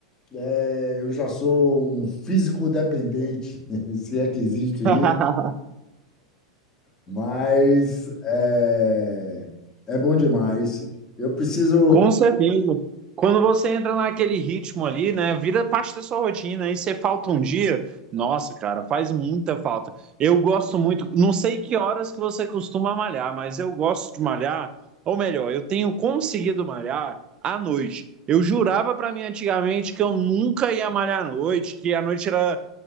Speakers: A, on the left; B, on the right.
A: eh, eu já sou um físico dependente, <laughs> se é que existe isso,
B: <laughs>
A: mas eh, é bom demais. Eu preciso.
B: Com certeza. Quando você entra naquele ritmo ali, né, vira parte da sua rotina, aí você falta um dia, nossa, cara, faz muita falta. Eu gosto muito, não sei que horas que você costuma malhar, mas eu gosto de malhar, ou melhor, eu tenho conseguido malhar à noite. Eu jurava pra mim antigamente que eu nunca ia malhar à noite, que a noite era